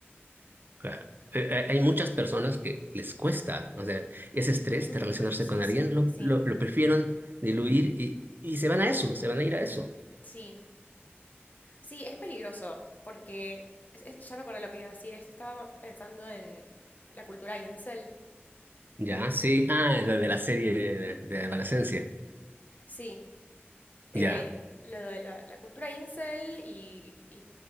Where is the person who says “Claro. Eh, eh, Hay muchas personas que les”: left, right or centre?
Right